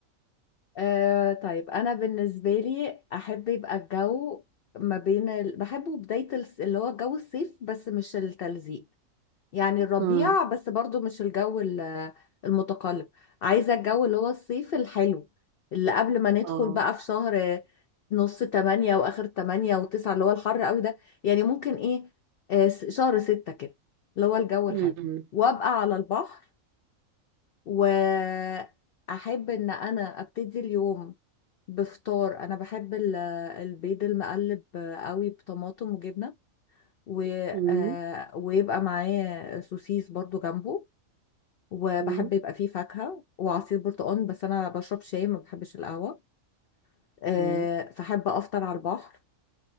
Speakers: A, on the left; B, on the right.
A: آه طيب انا بالنسبه لي احب يبقى الجو ما بين ال... بحبه بدايه الس- اللي هو جو الصيف بس مش التلزيق يعني الربيع
B: امم
A: بس برضو مش الجو ال- المتقلب عايزه الجو اللي هو الصيف الحلو اللي قبل ما ندخل
B: اه
A: بقى في شهر نص تمانية واخر تمانية وتسعة اللي هو الحر قوي ده يعني ممكن ايه آه، س- شهر ستة كده اللي هو الجو الحلو
B: امم
A: وابقى على البحر واحب ان انا ابتدي اليوم بفطار انا بحب ال- البيض المقلب قوي بطماطم وجبنه و...
B: امم
A: آه، ويبقى معاه سوسيس برضو جنبه وبحب
B: امم
A: يبقى فيه فاكهه وعصير برتقال بس انا بشرب شاي ما بحبش القهوه آه،
B: امم
A: فحب افطر على البحر